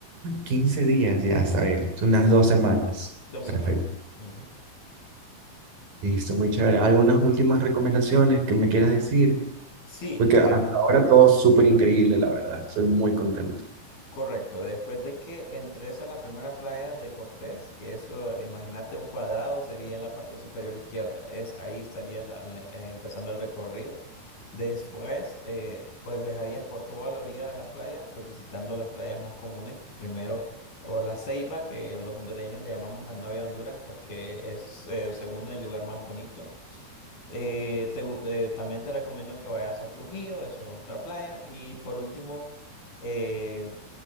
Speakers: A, on the right; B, on the left.
A: quince días, ya está bien son unas dos semanas.
B: dos
A: Perfecto.
B: semanas. Ujú.
A: Listo, muy chévere. ¿Algunas últimas recomendaciones que me quieras decir?
B: Sí,
A: Porque
B: eh,
A: hasta ahora todo súper increíble, la verdad. Estoy muy contento.
B: correcto. Después de que entres a la primera playa de Cortés, que eso, eh, imagínate un cuadrado, sería en la parte superior izquierda. Es, ahí estarías la- la- eh, empezando el recorrido. Después, eh, pues viajarías por toda la orilla de la playa, pues visitando las playas más comunes. Primero por la Ceiba, que los hondureños le llamamos la novia de Honduras porque es, eh, según el lugar más bonito. Eh, te gu- eh, también te recomiendo que vayas a Trujillo, es otra playa. Y por último, eh,